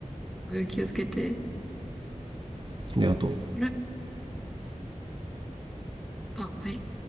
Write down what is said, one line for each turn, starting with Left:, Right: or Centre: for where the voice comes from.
Centre: 気をつけて。
Right: でありがとう
Centre: あれあ、はい。